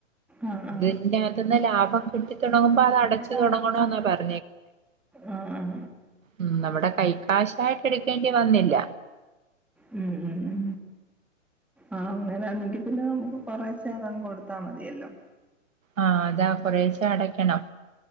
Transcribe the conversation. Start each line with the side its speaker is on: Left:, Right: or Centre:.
Centre: ആ ആ
Right: ഇതിന്റെ അകത്തന്ന് ലാഭം കിട്ടി തുടങ്ങുമ്പോ അത് അടച്ചു
Centre: ആ
Right: തുടങ്ങനോന്നാ പറഞ്ഞ
Centre: ആ ഉ
Right: ഉം നമ്മുടെ കൈക്കാശായിട്ട് എടുക്കേണ്ടി വന്നില്ല
Centre: ഉ ഉ ആഹ് അങ്ങനെണങ്കി പിന്നെ നമുക്ക് കൊറേച്ചേ അതങ്ങ് കൊടുത്താ മതിയല്ലോ
Right: ആഹ് അതാ കൊറേശ അടക്കണം